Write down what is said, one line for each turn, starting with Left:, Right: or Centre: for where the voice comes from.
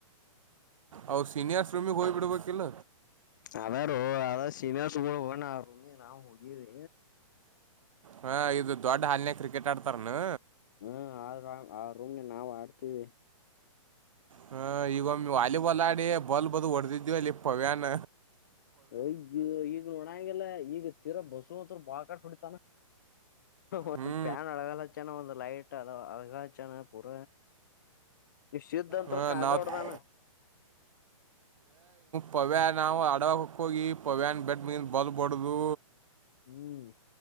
Right: ಅವ್ರ ಸೀನಿಯರ್ ಶ್ರಮಕ್ ಹೋಗ್ಬಿಡ್ಬೇಕಿಲ್ಲ
Left: ಅದಾರ ಅ ಸೀಮೆ ಸುಗ ಹೋಗ ರೂಮ್ ನಾವು ಹುಗೀವಿ.
Right: ಹಾ ಇದು ದೊಡ್ಡ ಹಾಲ್ನ್ಯಾಗ ಕ್ರಿಕೆಟ್ ಆಡ್ತಾರನು.
Left: ಹ್ಮ್ ಆ ರ್ ಆ ರೂಮ್ ನ ನಾವು ಆಡ್ತೀವಿ.
Right: ಹ ಈಗೊಮ್ಮ ವಾಲಿಬಾಲ್ ಆಡಿ ಬಾಲ್ ಬದು ಹೊಡೆದಿದ್ವಿ ಅಲ್ಲಿ ಪವ್ಯನ್.
Left: ಅಯ ಈಗ ನೋಣಾಗಲ್ಲ ಈಗ ತೀರಾ ಬಸವ ಅತ್ರ ಬಾಳ್ ಕಾಟ್ ಹೊಡಿತಾನ. ಒಂದ್
Right: ಹ್ಞೂ
Left: ಪ್ಯಾನ್ ಅಳಗಲ್ಲ ಚೆನ ಒಂದ್ ಲೈಟ್. ಅಳಗಾಯಚಾನ ಪುರ. ನೀ ಶುದ್ಧ ಅಂತ
Right: ಹಾಂ
Left: ಕಾಜ
Right: ನಾವು
Left: ಒಡದಾನ.
Right: ಪವ್ಯ ನಾವು ಅಡಕ್ಕ ಹೋಗಿ ಪವ್ಯಾನ ಬೆಟ್ಟ ಮಿಂದ ಬಲ್ ಬಡ್ದು
Left: ಹ್ಮ್